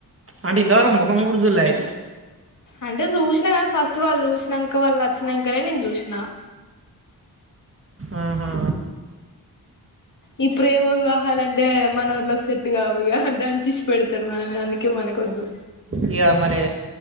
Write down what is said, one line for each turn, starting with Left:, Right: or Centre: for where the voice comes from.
Right: అంటే ఇంతవరకు ముఖం కూడా జుల్లే అయితే
Left: అంటే చూసినా ఫస్ట్ వాళ్ళు చూసినాక వాళ్ళు నచ్చినాకనే నేను చూసినా
Right: ఆ ఆ
Left: ఈ ప్రేమ వివాహాలంటే మనఊళలోకి సెట్టు కావాలిగా ఇచ్చి పెడతారు మనవి అందుకే మనకొద్దు
Right: ఇగ మరి